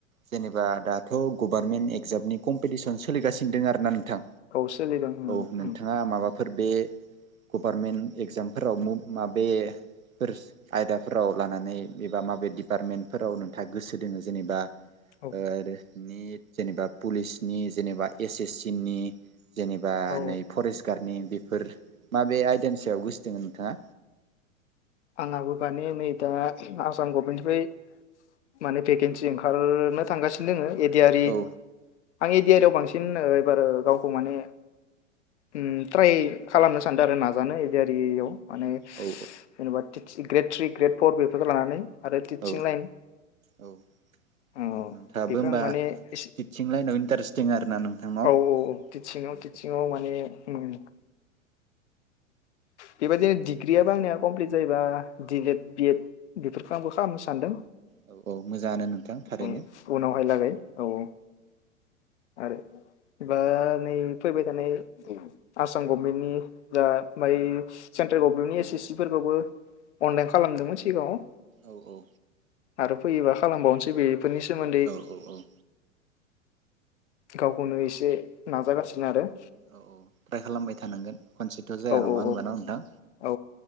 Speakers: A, on the right; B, on the left.
A: जेनेबा दाथ' गभार्नमेन्ट एगजामनि कम्पिटिसन सोलिगासिनो दं आरो ना थां
B: औ सोलिदों उम
A: औ नोंथाङा
B: उम
A: माबाफोर बे गभारमेन्ट एगजामफोराव मुभ माबे फोर आयदाफोराव लानानै एबा माबे डिपार्टमेन्टफोराव नोंथाङा गोसो दोङ जेनेबा
B: औ
A: आरो निट जेनेबा पुलिसनि जेनेबा एस एस सि नि जेनेबा
B: औ
A: नै फरेस्ट गार्डनि बेफोर माबे आयदानि सायाव गोसो दोङो नोंथाङा
B: आंहाबो मानि नै दा आसाम गभमेन्टनिफ्राय माने भेकेन्सि ओंखारनो थांगासिनो दोङो ए दि आर इ
A: औ
B: आं ए दि आर इ याव बांसिन ओ एबार गावखौ माने ओम ट्राइ खालामनो सानदो आरो नाजानो ए दि आर इ याव माने
A: औ
B: जेनेबा <unintelligible> ग्रेड थ्रि ग्रेड फर बेफोरखौ लानानै आरो टिटचिं
A: औ
B: लाइन
A: औ
B: औ
A: नोंथाङाबो
B: बेखौ
A: होमबा
B: आं माने एसे
A: टिटसिं लाइनाव इन्टारेस्ट दङ आरो ना नोंथांनाव
B: औ औ औ टिटचिंआव
A: औ
B: टिटचिंआव माने ओम बेबायदिनो
A: औ
B: डिग्रिआ बो आंनिया कमप्लिट जायोबा डिलेड बिएड बेफोरखौ आंबो खालामनो सानदों
A: औ औ मोजाङानो नोंथां थारैनो
B: औ उनावहाय
A: औ
B: लागै औ औ आरो बा नै फैबाय थानाय आसाम गभमेन्टनि दा ओमफ्राय सेन्ट्रेल गभमेन्टनि एस एस सि फोरबो अनलाइन खालामदोंमोन सिगाङाव
A: औ औ
B: आरो फैयोबा खालामबावनोसै बे फोरनि सोमोन्दै
A: औ औ
B: गावखौनो एसे नाजागासिनो आरो
A: औ औ ट्राय खालामबाय थानांगोन खनसेथ' जाया
B: औ
A: नङा
B: औ
A: होमबा न' नोंथां
B: औ